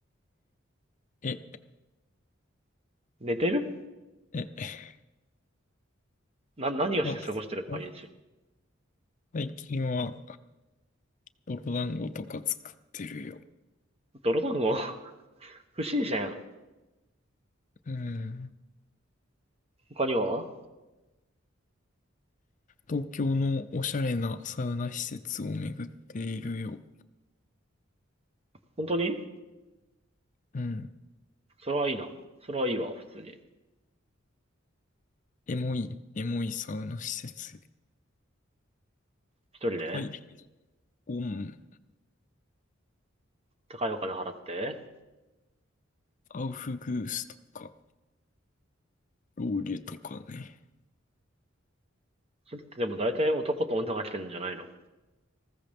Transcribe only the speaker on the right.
<laughs> 寝てる
な、何をして過ごしてる毎日。
泥団子 <laughs> 不審者やん。
他には
本当に
それはいいな。それはいいわ、普通に。
一人で
高いお金払って
それってでも大体男と女が来てるんじゃないの